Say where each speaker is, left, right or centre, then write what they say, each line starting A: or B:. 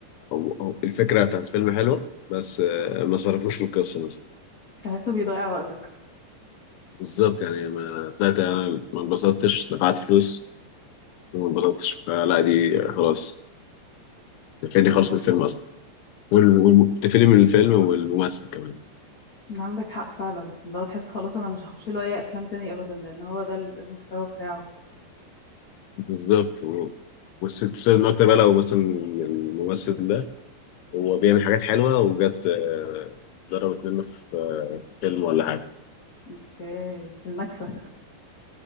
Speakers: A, on the left; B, on the left.
A: هو- هو الفكرة بتاعت الفيلم حلوة بس آه، ما صرفوش في القصة مثلا
B: تحسه بيضيع وقتك
A: بالظبط يعني ما طلعت أنا ما انبسطتش دفعت فلوس وما انبسطتش فلا دي خلاص تقفلني
B: عندك
A: خالص من الفيلم
B: حق
A: أصلا وال- وال- تقفلني من الفيلم والممثل كمان
B: عندك حق فعلا اللي هو تحس خلاص انا مش هخش له اي افلام تاني ابدا لان هو ده المستوى بتاعه
A: بالظبط و- والست تستخدم أكتر بقى لو مثلا الممثل ده هو بيعمل حاجات حلوه وجت آه، ضربت منه في آه، في فيلم ولا حاجه
B: اوكي النكسه